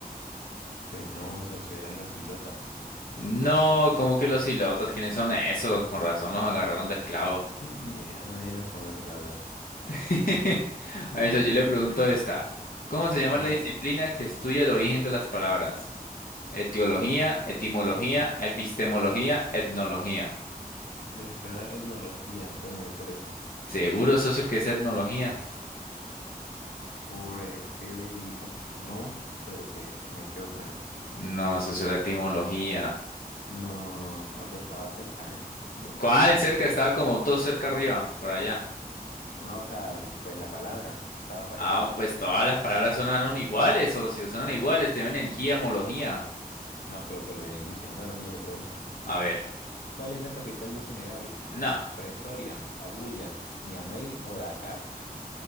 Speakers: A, on the left (about 80°); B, on the left (about 65°).
A: Pues no, socio, eran los ilotas.
B: No, como que los ilotas? ¿Quiénes son esos? Con razón los agarraron de esclavos.
A: <laughs> Ni a nadie los conoce, la verdad.
B: <laughs>
A: <laughs>
B: A eso yo le pregunto esta. ¿Cómo se llama
A: Hágale.
B: la disciplina que estudia el origen de las palabras? Etiología, etimología, epistemología, etnología.
A: Me suena etnología, entonces me voy por esa.
B: Seguro, socio, que es etnología.
A: Pues, ¿qué le digo? No, pero pues me quedo con eso.
B: No, socio, era etimología.
A: No, no, pues estaba cerca, ¿eh? Casi,
B: ¿Cuál?
A: casi.
B: Cerca, estaba como dos cerca arriba, por allá.
A: No, o sea, pues la palabra estaba parecida.
B: Ah, pues todas las palabras sonaron iguales, socio, sonan iguales, te ven en giamología.
A: No, pero por el inicio. Bueno, mire, le pregunto.
B: A ver,
A: ¿Cuál es la capital de Senegal?
B: no.
A: Pretoria, Abuya, Niamey o Dakar.